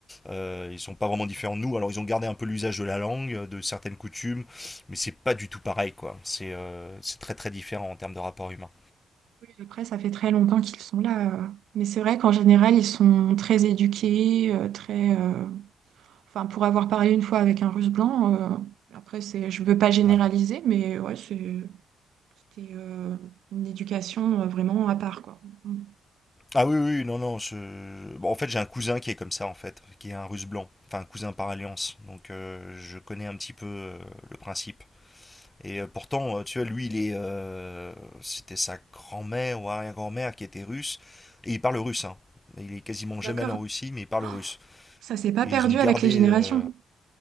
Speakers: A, on the left (about 15°); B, on the right (about 75°).
A: euh, ils sont pas vraiment différents de nous. Alors ils ont gardé un peu l'usage de la langue, euh, de certaines coutumes, mais c'est pas du tout pareil, quoi. C'est euh, c'est très très différent en termes de rapport humain.
B: Oui, après, ça fait très longtemps qu'ils sont là. euh. Mais c'est vrai qu'en général, ils sont très éduqués, euh, très. euh, Enfin, pour avoir parlé une fois avec un Russe blanc, euh, après, c'est, je veux pas généraliser,
A: Ouais.
B: mais ouais, c'est- c'était euh, une éducation euh, vraiment à part, quoi. Mm.
A: Ah oui oui non non. je- bon, en fait j'ai un cousin qui est comme ça en fait, qui est un Russe blanc, enfin un cousin par alliance. Donc euh, je connais un petit peu euh, le principe. Et euh, pourtant, euh, tu vois, lui, il est, euh, c'était sa grand-mère ou arrière-grand-mère qui était russe, et il parle russe, hein. Il est quasiment jamais
B: D'accord.
A: allé en Russie, mais il parle
B: Oh,
A: russe.
B: ça s'est pas
A: Et
B: perdu
A: ils ont gardé,
B: avec les générations.
A: euh,